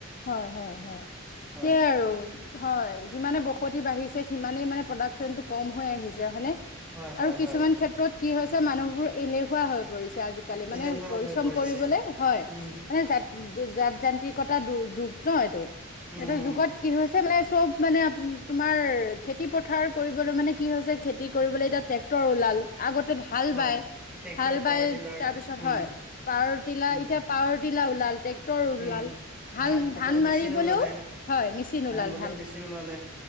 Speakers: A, on the left; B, in the centre.
A: হয়, হয়, হয়
B: হয়
A: সেইয়াই আৰু হয় যিমানে বসতি বাঢ়িছে সিমানেই মানে প্ৰডাকচনটো কম হৈ আহিছে হয়নে।
B: হয় হয়
A: আৰু কিছুমান
B: হয়
A: ক্ষেত্ৰত কি হৈছে মানুহবোৰ এলেহুৱা হৈ পৰিছে। আজিকালি মানে
B: এলেহুৱা
A: পৰিশ্ৰম
B: হৈ পৰিছে
A: কৰিবলে হয়
B: উম
A: মানে যা যান্ত্ৰিকতা যুগ ন এইটো
B: উম
A: এইটো যুগত কি হৈছে মানে চব মানে তোমাৰ খেতি পথাৰ কৰিবলৈ মানে কি হৈছে খেতি কৰিবলৈ এতিয়া ট্ৰেক্টৰ ওলাল আগতে হাল
B: হয়
A: বাই
B: ট্ৰেক্টৰ
A: হাল
B: পাৱাৰ
A: বাই
B: টিলাৰ
A: তাৰপিছত
B: উম
A: হয় পাৰ তিলা
B: উম
A: এতিয়া পাৱাৰ টিলা ওলাল ট্ৰেক্টৰ ওলাল
B: উম
A: ধান,
B: কটোৱা
A: ধান
B: মেচিন
A: মাৰিবলৈও
B: ওলালে
A: হয় মেচিন ওলাল
B: কটোৱা
A: ধান
B: মেচিন ওলালে